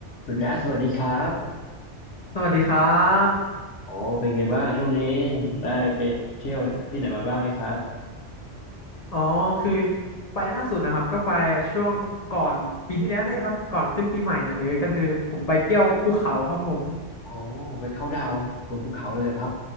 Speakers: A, on the left (about 75°); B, on the left (about 45°).
A: คุณแอสสวัสดีครับ
B: สวัสดีครับ
A: โอ้เป็นไงบ้างช่วงนี้ได้ไปเที่ยวที่ไหนมาบ้างไหมครับ
B: อ๋อคือไปล่าสุดนะครับก็ไปช่วงก่อนปีที่แล้วเนี่ยครับ ก่อนขึ้นปีใหม่เนี่ยเลยก็คือผมไปเที่ยวภูเขาครับผม
A: โอ้ไปเขาท์ดาวน์บนภูเขาเลยเหรอครับ